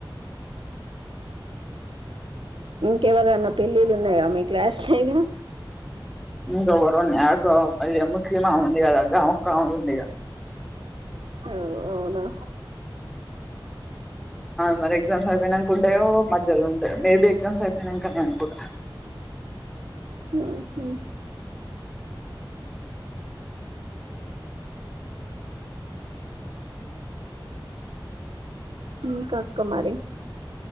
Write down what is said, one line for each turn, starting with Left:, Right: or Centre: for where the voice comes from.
Right: ఇంకెవరన్నా పెళ్లిళ్లు ఉన్నాయా మీ క్లాసుల ఇగ
Centre: ఇంకా ఎవరో న్యాకో అది ముస్లిం ఆమె ఉంది కదా అక్క ఆమె ఒక్క ఆమె ఉంది ఇగ
Right: అవు అవునా
Centre: మరి ఎగ్జామ్స్ అయిపోయినాకు ఉంటాయో మధ్యలో ఉంటాయి మేబి ఎగ్జామ్స్ అయిపోయినాకనే అనుకోంట
Right: ఓహో ఇంక అక్క మరి